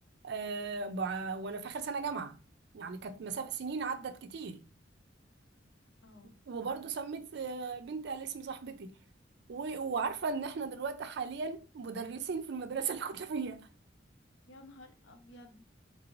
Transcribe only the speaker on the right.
آه، بع- وانا في اخر سنه جامعه يعني كانت مسافه سنين عدت كتير
وبرضه سميت آه، بنتي على اسم صاحبتي و- وعارفه ان احنا دلوقتي حاليا مدرسين في المدرسه اللي كنت فيها